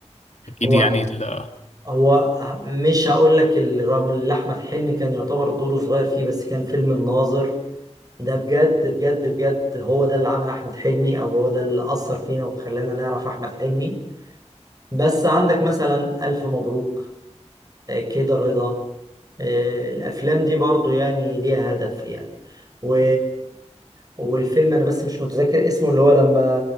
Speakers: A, on the left (about 75°); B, on the right (about 35°).
A: اكيد
B: هو
A: يعني ال- اه
B: هو مش هقول لك رغم ان احمد حلمي كان يعتبر دوره صغير فيه بس كان فيلم الناظر ده بجد بجد بجد هو ده اللي عمل احمد حلمي او هو ده اللي اثر فينا وخلانا نعرف احمد حلمي بس عندك مثلا الف مبروك آه، كده رضا آه، الافلام دي برضو يعني ليها هدف يعني و... والفيلم انا بس مش متذكر اسمه اللي هو لما